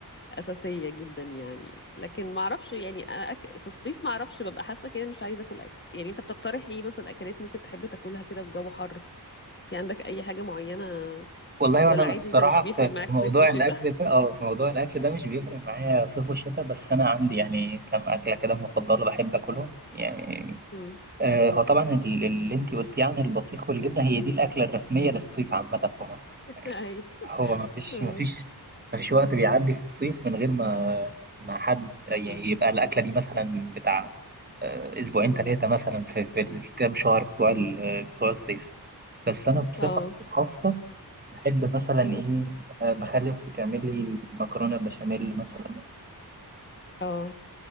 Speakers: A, on the left; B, on the right.
A: اساسيه جدا يعني لكن ما اعرفش يعني انا أك... في الصيف ما اعرفش ببقى حاسه كده مش عايزه اكل أي... يعني انت بتقترح ايه مثلا اكلات ممكن تحب تاكلها كده والجو حر في عندك اي حاجه معينه
B: والله
A: ولا
B: وانا الصراحه
A: عادي انت مش بيفرق
B: في في
A: معاك
B: موضوع
A: صيف وشتاء
B: الاكل ده اه في موضوع الاكل ده مش بيفرق معايا صيف وشتاء بس انا عندي يعني كم اكله كده مفضله
A: <laughs> مم.
B: بحب اكلهم يعني
A: مم.
B: آه، هو طبعا ال- اللي انت قلتيه عن البطيخ والجبنه هي دي الاكله الرسميه للصيف عامه في مصر
A: <laughs>
B: يعني
A: اي
B: هو ما فيش
A: اه
B: ما فيش ما فيش وقت بيعدي في الصيف من غير ما ما حد يعني
A: مم.
B: يبقى الاكله دي مثلا بتاع آه، اسبوعين
A: مم.
B: ثلاثه مثلا في في الكام شهر بتوع ال- بتوع الصيف بس انا بصفه
A: اه
B: خاصه بحب مثلا
A: مم.
B: ايه آه، بخلي اختي تعمل لي المكرونه بشاميل مثلا
A: اه